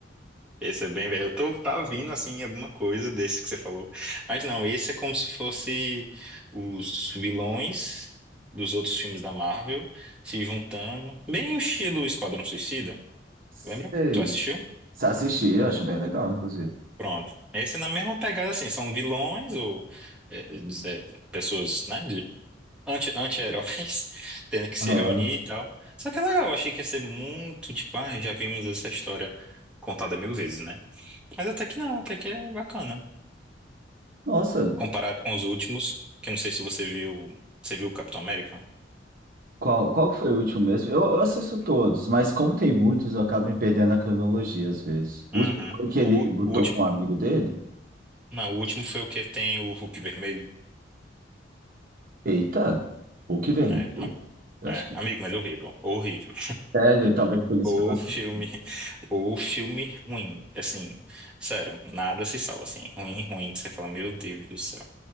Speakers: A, in the centre; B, on the right.
A: Esse é bem velho. Eu tô, tá vindo assim alguma coisa desse que você falou. Mas não, esse é como se fosse os vilões dos outros filmes da Marvel se juntando. Bem o estilo Esquadrão Suicida,
B: Sei.
A: lembra? Tu assistiu?
B: Se assisti, eu acho bem legal, inclusive.
A: Pronto. Esse é na mesma pegada assim, são vilões ou é, é, pessoas, né, de anti, anti-heróis <laughs> tendo que se
B: Aham.
A: reunir e tal. Só que é legal, eu achei que ia ser muito, tipo, ah, já vimos essa história contada mil vezes, né? Mas até que não, até que é bacana.
B: Nossa,
A: Comparado com os últimos, que eu não sei se você viu. Você viu o Capitão América?
B: qual, qual que foi o último mesmo? Eu, eu assisto todos, mas como tem muitos, eu acabo me perdendo na cronologia às vezes. O
A: Uhum.
B: último foi que ele
A: O,
B: lutou
A: o último.
B: com um amigo dele?
A: Não, o último foi o que tem o Hulk vermelho.
B: Eita, Hulk Vermelho?
A: É, ma-
B: Eu
A: é,
B: acho que é
A: amigo, mas é horrível. Horrível.
B: sério, talvez por isso
A: O
B: que eu não assisti.
A: filme. O filme ruim. Assim, sério, nada se salva, assim. Ruim, ruim, que você fala, meu Deus do céu.